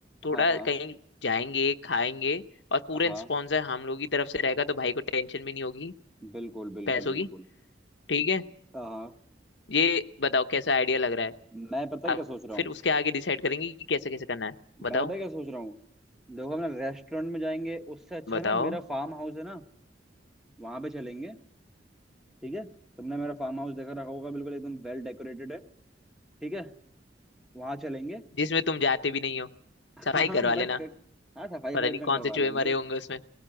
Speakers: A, in the centre; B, on the left.
A: हाँ
B: थोड़ा
A: हाँ
B: कहीं जाएंगे खाएंगे और पूरे
A: हाँ
B: स्पॉन्सर हम लोग की तरफ से रहेगा तो भाई को टेंशन भी नहीं होगी
A: बिल्कुल बिल्कुल
B: पैसों
A: बिल्कुल
B: की ठीक है
A: हाँ
B: ये बताओ कैसा आइडिया लग रहा है
A: मैं पता है क्या
B: अब
A: सोच रहा
B: फिर
A: हूँ
B: उसके आगे डिसाइड करेंगे कि कैसे कैसे करना है बताओ
A: मैं पता है क्या सोच रहा हूँ देखो अपना रेस्टोरेंट में जाएंगे उससे अच्छा
B: बताओ
A: है ना मेरा फार्म हाउस है ना वहां पे चलेंगे ठीक है तुमने मेरा फार्म हाउस देखा रखा होगा बिल्कुल एकदम वेल डेकोरेटेड है ठीक है वहां चलेंगे
B: जिसमें तुम जाते भी नहीं हो
A: <laughs>
B: सफाई
A: हाँ
B: करवा
A: बट
B: लेना
A: हाँ सफाई
B: पता
A: फाई
B: नहीं
A: अपना करवा
B: कौन से चूहे
A: लेंगे
B: मरे होंगे उसमें